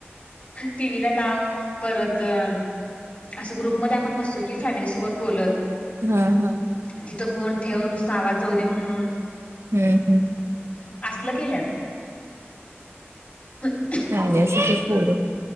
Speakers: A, on the left; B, on the right.
A: टीव्ही ला लाव परत अस ग्रुप मध्ये आपण बसतोय की फॅमिली सो बत बोलतं.
B: हा हा
A: फोन ठेव नुसं आवाज जाऊ दे म्हणून
B: हूं हूं
A: असलं केल्यात <inaudible>
B: ह्यावेळेस अस पोर